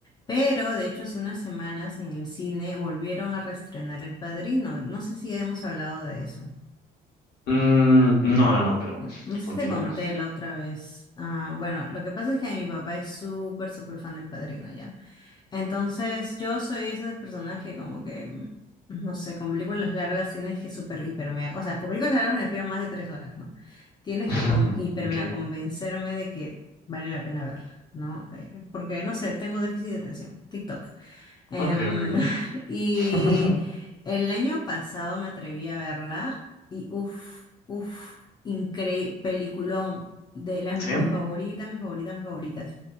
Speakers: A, on the left; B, on the left.
A: Pero de hecho, hace unas semanas en el cine volvieron a reestrenar El Padrino. No sé si hemos hablado de eso.
B: Mm, no, no, no, pero
A: N- No sé
B: continúa.
A: si te conté la otra vez. Ah, bueno, lo que pasa es que mi papá es súper, súper fan del Padrino, ¿ya? Entonces, yo soy ese personaje como que, mm, no sé, con películas largas tienes que super hiper mega, o sea, con películas largas me refiero a más de tres horas, ¿no? Tienes
B: <laughs>
A: que con- hiper
B: Ok,
A: mega convencerme de que vale la pena verla, ¿no? Eh, porque, no sé, tengo déficit de atención, TikTok. Em,
B: ok, ok.
A: <laughs> y
B: <laughs>
A: el año pasado me atreví a verla y uff, uff, increíble, peliculón, de las,
B: Sí,
A: mis favoritas, mis favoritas, mis favoritas.